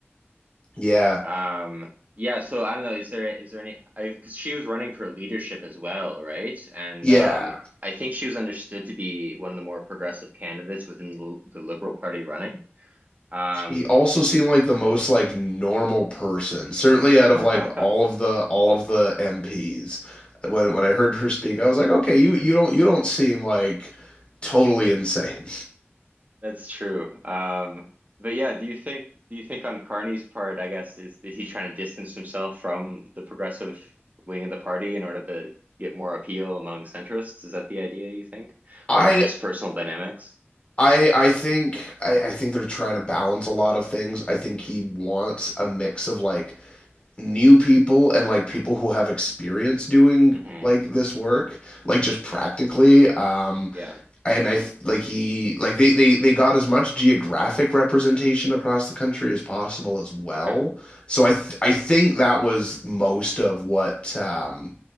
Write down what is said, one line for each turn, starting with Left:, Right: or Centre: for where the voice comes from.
Left: Yeah.
Right: Um yeah, so I don't know, is there is there any I because she was running for leadership as well, right? And
Left: Yeah.
Right: um I think she was understood to be one of the more progressive candidates within the, the Liberal Party running. Um
Left: She also seemed like the most like normal person, certainly
Right: <laughs>
Left: out of like all of the all of the MPs. When when I heard her speak, I was like, "Okay, you you don't you don't seem like totally insane."
Right: That's true. Um, but yeah, do you think do you think on Carney's part, I guess, is is he trying to distance himself from the progressive wing of the party in order to get more appeal among centrists? Is that the idea you think?
Left: <laughs> I
Right: Or is it just personal dynamics?
Left: I I think I, I think they're trying to balance a lot of things. I think he wants a mix of like new people and like people who have experience doing
Right: hmm
Left: like this work, like just practically. Um,
Right: Yeah.
Left: and I like he like they they they got as much geographic representation across the country as possible as well.
Right: Okay.
Left: So I th I think that was most of what um